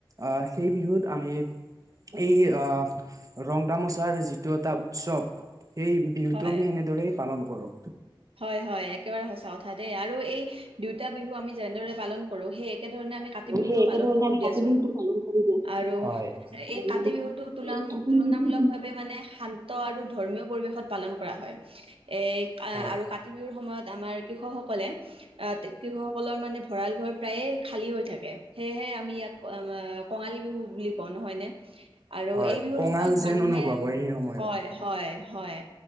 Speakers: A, on the right; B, on the right.
A: আহ সেই বিহুত আমি এই আহ ৰং তামচাৰ যিটো এটা উৎসৱ সেই বিহুটো
B: হয়,
A: আমি এনেদৰেই পালন কৰোঁ।
B: হয়, হয়, একেবাৰে সঁচা কথা দেই আৰু এই দুইটা বিহু আমি যেনেদৰে পালন কৰো সেই এ একে ধৰণে আমি কাতি বিহুটোও
A: সেই একেধৰণে
B: পালন কৰো
A: আমি
B: দিয়াচোন,
A: কাতি বিহুটো পালন কৰি দিয়াচোন।
B: আৰু
A: আৰু
B: এই কাতি বিহুটো তোলাও
A: এই কাতি
B: তুলনামূলক
A: বিহুটোৰ
B: ভাৱে মানে শান্ত আৰু ধৰ্মীয় পৰিৱেশত পালন কৰা হয়। এ',
A: হয়
B: আৰু কাতি বিহুৰ সময়ত আমাৰ কৃষকসকলে, আহ কৃষকসকলৰ মানে ভঁৰাল ঘৰ প্ৰায়ে খালী হৈ থাকে, সেয়েহে আমি ইয়াক কঙালী বিহু বুলি কওঁ নহয় নে। আৰু
A: হয়
B: এই বিহুৰ
A: কঙাল
B: সময়ত
A: যেন
B: মানুহে,
A: অনুভৱ হয় সেই সময়ত
B: হয় এ হয়,